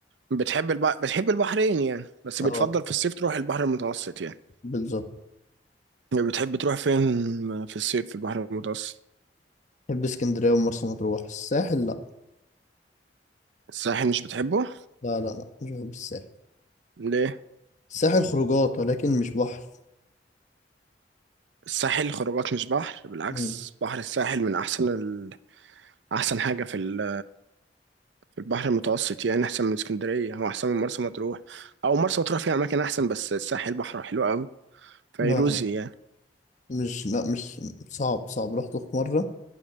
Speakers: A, on the right (about 85°); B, on the left (about 45°).
A: بتحب الب... بتحب البحرين يعني بس
B: اه
A: بتفضل في الصيف تروح البحر المتوسط يعني
B: بالظبط
A: بتحب تروح فين في الصيف في البحر المتوسط
B: بحب اسكندريه ومرسى مطروح الساحل لا
A: الساحل مش بتحبه
B: لا لا لا مش بحب الساحل
A: ليه
B: الساحل خروجات ولكن مش بحر
A: الساحل خروجات مش بحر بالعكس
B: مم.
A: بحر الساحل من احسن ال... احسن حاجه في ال... في البحر المتوسط يعني احسن من اسكندريه او احسن من مرسى مطروح او مرسى مطروح فيها اماكن احسن بس الساحل بحره حلو قوي فيروزي
B: لا
A: يعني
B: مش لا مش صعب صعب رحته في مرة